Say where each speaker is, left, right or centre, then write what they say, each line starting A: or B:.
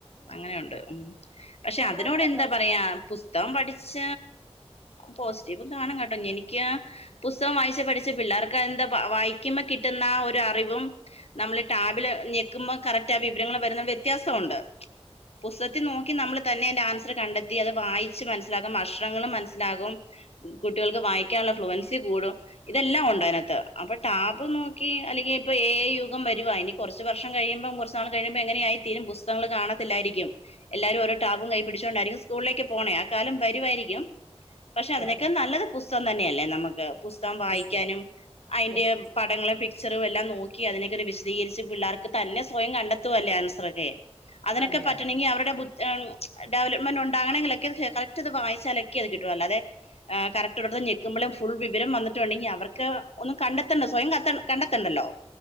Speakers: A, on the left; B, on the right.
A: അങ്ങനെയുണ്ട് ഉം പക്ഷെ
B: അതിനോടുള്ള
A: അതിനോട് എന്താ
B: അപ്രോച്ച്
A: പറയാ പുസ് മത്തം പഠിച്ച പോസിറ്റീവ് കാണും കേട്ടോ എനിക്ക് പുസ്തകം വായിച്ച് പഠിച്ച പിള്ളേർക്ക് എന്താ വായിക്കുമ്പോ കിട്ടുന്ന ആ ഒരു അറിവും നമ്മള് ടാബില് ഞക്കുമ്പോൾ കറക്റ്റ് ആ വിവരങ്ങൾ വരുന്നത് വ്യത്യാസം ഉണ്ട് പുസ്തകത്തിൽ നോക്കി നമ്മള് തന്നെ എന്റെ ആൻസർ കണ്ടെത്തി അത് വായിച്ച് മനസ്സിലാക്കും അക്ഷരങ്ങളും മനസ്സിലാകും കുട്ടികൾക്ക് വായിക്ക ഫ്ലുവൻസി കൂടും ഇതെല്ലാം ഉണ്ട് അതിനകത്ത് അപ്പൊ ടാപ്പ് നോക്കി അല്ലെങ്കിൽ ഇ എ യു മുഖം വരുവാ ഇനി കുറച്ച് വർഷം കഴിയുമ്പം കുറച് നാൾ കഴിയുമ്പോ എങ്ങനെയ ആയി തീരും പുസ്തകങ്ങള് കാണല്ലായിരിക്കും എല്ലാരും ഓരോ ടാപും കൈ പിടിച്ചുക കൊണ്ടായിരിക്കും സ്കൂളിലേക്ക് പോണേ ആ കാലം വരുായിരിക്കും പക്ഷെ
B: അതെ
A: അതിനൊക്കെ
B: അതെ
A: നല്ലത് പുസ്തകം തന്നെയല്ലേ നമുക്ക് പുസ്തകം വായിക്കാനും
B: യെസ് യെസ്
A: അതിന്റെ
B: യെസ് യെസ്
A: പടങ്ങളും പിക്ചറും എല്ലാം നോക്കി അതിനെ വിശദീകരിച്ച് പിള്ളേർക്ക് തന്നെ സ്വയം കണ്ടെത്തുവല്ലേ ആൻസർൊക്കെ അതിനൊക്കെ
B: അതെ
A: പറ്റണെങ്കിൽ
B: അതെ
A: അവരുടെ ഡെവല്മെന്റ് ഉണ്ട് അങ്ങനെങ്കിലൊക്കെ കറക്റ്റ് അത് വായിച്ചാലൊക്കെ അത് കിട്ടുവല്ലോ അതെ ് കറക്ട് ഇടത്ത്ന്ന് െക്കുമ്പോേും ഫുൾ വിവരം വന്നിട്ടുണ്ടെങ്കിൽ അവർക്ക് ഒന്നും കണ്ടെത്തണ്ട സ്വയം ക കണ്ടെത്തണ്ടല്ലോ